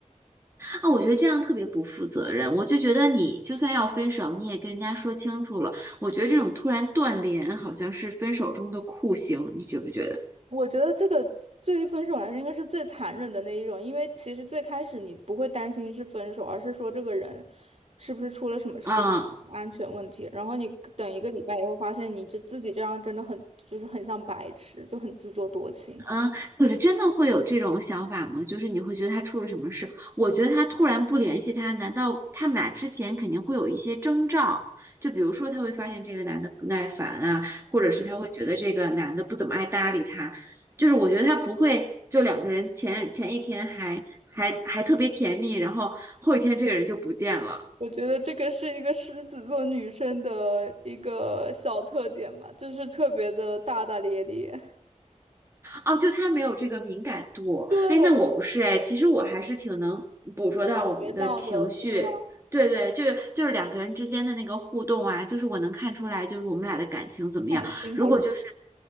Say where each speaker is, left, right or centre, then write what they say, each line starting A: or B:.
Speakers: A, on the right; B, on the right.
A: 啊，我觉得这样特别不负责任。我就觉得你就算要分手，你也跟人家说清楚了。我觉得这种突然断联好像是分手中的酷刑，你觉不觉得？
B: 我觉得这个对于分手来说，应该是最残忍的那一种，因为其实最开始你不会担心是分手，而是说这个人是不是出了什么事，
A: 啊、
B: 安全问题。然后你等一个礼拜以后，发现你这自己这样真的很就是很像白痴，就很自作多情。
A: 嗯，或者真的会有这种想法吗？就是你会觉得他出了什么事？我觉得他突然不联系他，难道他们俩之前肯定会有一些征兆？就比如说他会发现这个男的不耐烦啊，或者是他会觉得这个男的不怎么爱搭理他。就是我觉得他不会，就两个人前前一天还还还特别甜蜜，然后后一天这个人就不见了。
B: 我觉得这个是一个狮子座女生的一个小特点嘛，就是特别的大大咧咧。
A: 哦，就他没有这个敏感度。
B: 对，
A: 哎，那我不是哎，其实我还是挺能捕捉到我们的情绪。
B: 学到的，对吧？
A: 对对，就就是两个人之间的那个互动啊，就是我能看出来，就是我们俩的感情怎么样。
B: 开心还是
A: 如果就是